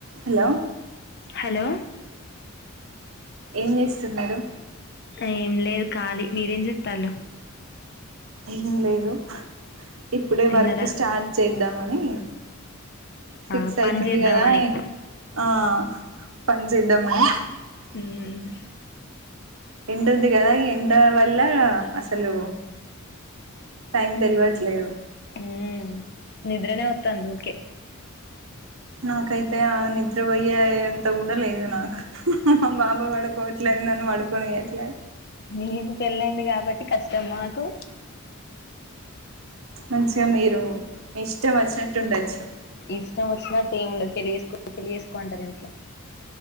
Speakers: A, on the right; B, on the left.
A: Hollow
B: hello
A: ఏం చేస్తున్నారు
B: ఏం లేదు ఖాళీ మీరేం జేత్తల్లు
A: ఏం లేదు ఇప్పుడే
B: తిన్నరా
A: వర్క్ స్టార్ట్ చేద్దామని సిక్స్
B: ఆ పని
A: అయితుంది
B: చేద్దామని
A: కదా ఆ పని చేద్దామని
B: హ్మ్మ్
A: ఎండుంది కదా ఎం దాని వల్ల అసలు టైం తెలవట్లేదు
B: ఊ నిద్రనే వత్తంది ఊకే
A: నాకైతే ఆ నిద్రపోయే ఎంత కూడా లేదు నాకు మా బాబు పడుకొబె ఇట్లా అయిందని పడుకొనియట్లే
B: మీకు పెళ్లయింది కాబట్టి కష్టం మాకు
A: మంచిగా మీరు ఇష్టం వచ్చినట్టు ఉండొచ్చు
B: ఇష్టం వచ్చినట్టు ఏం ఉండదు పెళ్లి చేసుకో పెళ్లి చేసుకో అంటారు ఇంట్లో